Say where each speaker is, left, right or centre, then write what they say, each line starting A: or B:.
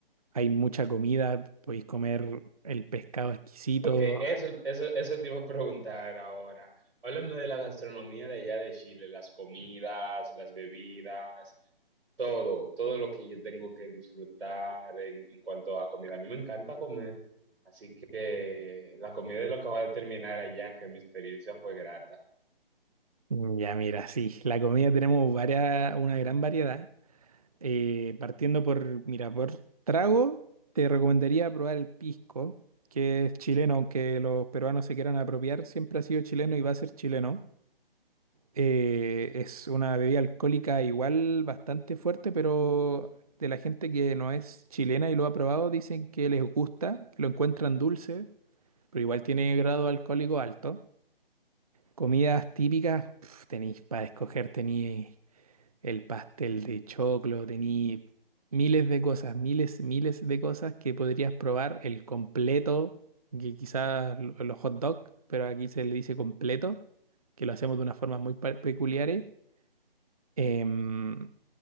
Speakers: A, on the right; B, on the right.
A: hay mucha comida, podéis comer el pescado exquisito.
B: Ok, eso, eso, eso te iba a preguntar ahora. Háblame de la gastronomía de allá de Chile, las comidas, las bebidas, todo, todo lo que yo tengo que disfrutar en, en cuanto a comida. A mí me encanta comer, así que la comida es lo que va a determinar allá que mi experiencia fue grata.
A: Mm, Ya mira, sí, la comida tenemos varias una gran variedad. Eh, partiendo por, mira, por trago, te recomendaría probar el pisco, que es chileno, aunque los peruanos se quieran apropiar, siempre ha sido chileno y va a ser chileno. Eh, es una bebida alcohólica igual bastante fuerte, pero de la gente que no es chilena y lo ha probado, dicen que les gusta, que lo encuentran dulce, pero igual tiene grado alcohólico alto. Comidas típicas, pf, tenéis para escoger, tenéis el pastel de choclo, tení miles de cosas, miles, miles de cosas que podrías probar, el completo, que quizás lo- los hot dog, pero aquí se le dice completo, que lo hacemos de una forma muy pa- peculiares. Em,